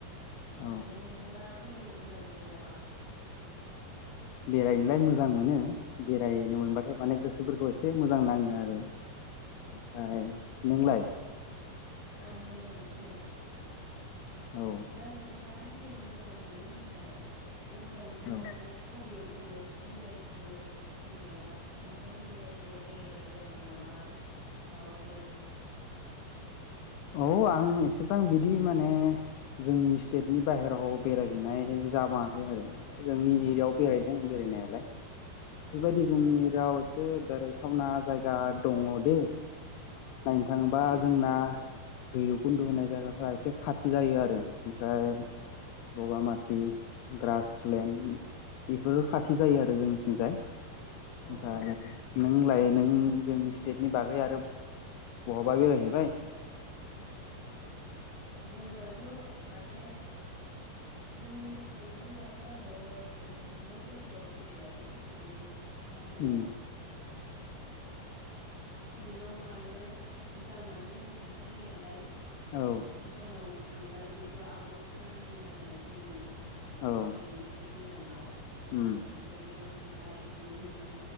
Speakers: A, on the left; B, on the left.
A: ओम
B: औ
A: नोंथाङा बेरायनो मोजां मोनो नामा?
B: बेरायनोलाय मोजां मोनो बेरायनो
A: औ
B: मोनबाथाय माने गोसो बफोरखौ एसे मोजां नाङो आरो ओमफ्राय
A: औ
B: नोंलाय?
A: आंबो मोजां मोनो
B: औ
A: दा नोंथाङाथ' बेरायनो मो मोजां मोनो होनलबाय अब्ला नोंथाङा
B: औ
A: माने बबेयाव बबेयाव बेरायखो? जेनेबा नोंथांमोननि जायगायाव बेरायग्रा जायगा दं नामा माबाफोर
B: औ आं एसेबां बिदि माने जोंनि स्टेटनि बाहेराव बेरायहैनाय जाबाङाखै आरो। जोंनि
A: उम
B: एरियायाव
A: उम
B: बेरायदों बेरायनायालाय।
A: औ
B: बेबायदि
A: औ
B: जोंनि एरियायाव एसे बेरायथावना जायगा दङ दे। नायनो
A: उम
B: थाङोबा जोंना भैरबकुन्द'
A: उम
B: होननाय जायगाफोरा एसे खाथि जायो आरो। ओमफ्राय
A: औ औ
B: बगामाथि ग्रासलेणड
A: औ
B: बेफोरो खाथि जायो आरो जोंनिथिंजाय ओमफ्राय
A: औ
B: नों लाय नों जोंनि स्टेटनि बागै आरो बहाबा बेरायहैबाय?
A: जोंनाथ' माने जोंनि स्टेटनि बागै आङो मोननै जायगायाव बेरायबाय माने बाहेरायाव
B: उम
A: शिलं आरो भुटानथ' जोंनि खाथि जायो नालाय।
B: औ
A: भुटानाव थांबाय बेथ' आउट अफ कान्ट्रि नालाय जोंनि
B: औ
A: इण्डियानि एसे गोजानाव ओ ओमफ्राय
B: उम
A: बेयाव थांबाय बिनि उनावहाय